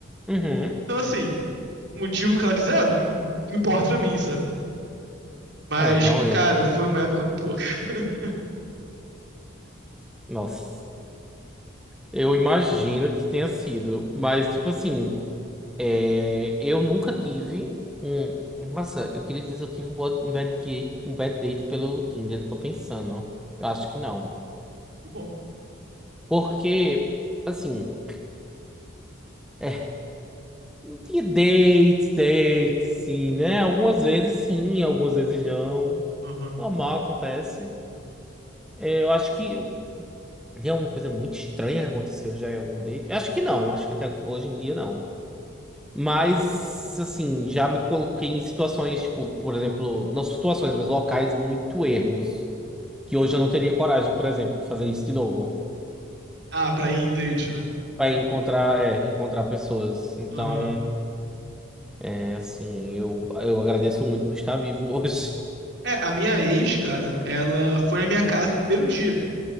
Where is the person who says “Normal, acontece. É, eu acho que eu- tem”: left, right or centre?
Centre